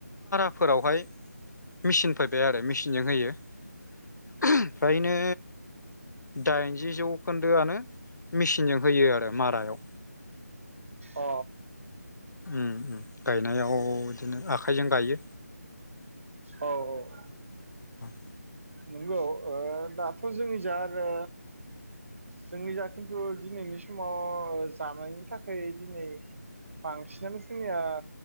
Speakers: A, on the left; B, on the right.
A: फोरावहाय मेचिन फैबाय आरो मेसिनजों होयो <unintelligible> फ्रायनो दाइनजि जौखोन्दोआनो मिसिनजों होयो आरो मारायाव
B: अ
A: उम उम गायनायाव बिदिनो आखाइजों गायो
B: औ औ औ
A: उम
B: नंगौ ओ दाथ' जोंनि जा आरो जोंनि जा खिन्थु दिनैनि समाव जानायनि थाखाय दिनै बांसिनानो जोंनिया